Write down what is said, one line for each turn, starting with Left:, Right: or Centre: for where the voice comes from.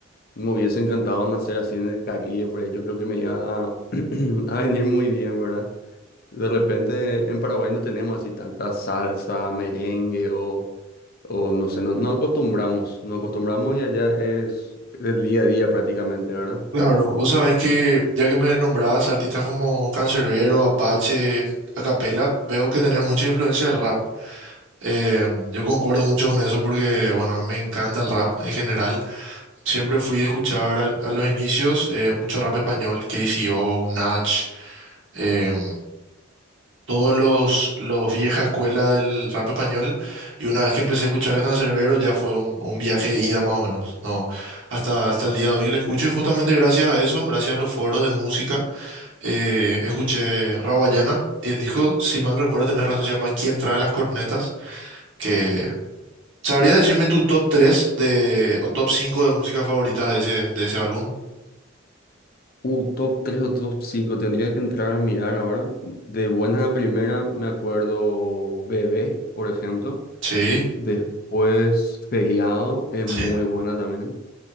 Left: me hubiese encantado nacer así en el Caribe, por ahí yo creo que me iba a, <clears throat> a venir muy bien, ¿verdad? De repente en Paraguay no tenemos así tanta salsa, merengue o, o no sé, no, no acostumbramos, no acostumbramos y allá es el día a día prácticamente, ¿verdad?
Right: Claro, vos sabés que ya que me nombrabas artistas como Canserbero, Apache, Acapella, veo que tenés mucha influencia del rap. Eh, yo concuerdo mucho con eso porque, bueno, a mí me encanta el rap en general. Siempre fui a escuchar al- a los inicios eh, mucho rap español, KCO, Nach, eh, todos los, los vieja escuela del rap español. Y una vez que empecé a escuchar a Canserbero ya fue un, un viaje de ida más o menos, ¿no? Hasta, hasta el día de hoy le escucho y justamente gracias a eso, gracias a los foros de música eh, escuché Rawayana y él dijo, si mal recuerdo, tenés razón, se llama ¿Quién trae las cornetas? Que sabría decirme tu top 3 de, o top 5 de música favoritas de ese, de ese álbum.
Left: Uh, top 3 o top 5 tendría que entrar a mirar ahora. De buenas a primera me acuerdo Bebé, por ejemplo.
Right: Sí,
Left: Después Feriado es
Right: Sí.
Left: muy buena también.